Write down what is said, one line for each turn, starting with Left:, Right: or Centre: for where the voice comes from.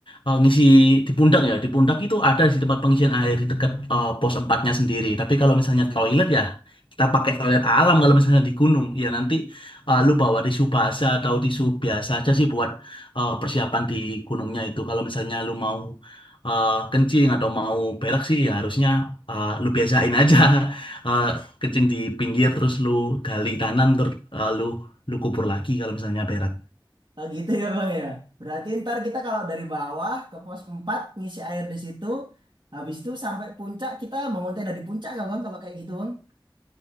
Left: eh, ngisi di pundak ya. Di pundak itu ada di tempat pengisian air di dekat eh, pos empatnya sendiri. Tapi kalau misalnya toilet ya kita pakai toilet alam kalau misalnya di gunung. Ya nanti eh, lu bawa tisu basah atau tisu biasa aja sih buat eh, persiapan di gunungnya itu. Kalau misalnya lu mau eh, kencing atau mau berak sih ya harusnya eh, lu biasain aja <laughs> Eh, kencing di pinggir terus lu gali kanan terus eh, lu lu kubur lagi kalau misalnya berak.
Right: Oh gitu ya Bang ya. Berarti ntar kita kalau dari bawah ke pos 4 ngisi air di situ, habis itu sampai puncak kita mengonten dari puncak nggak Bang kalau kayak gitu Bang?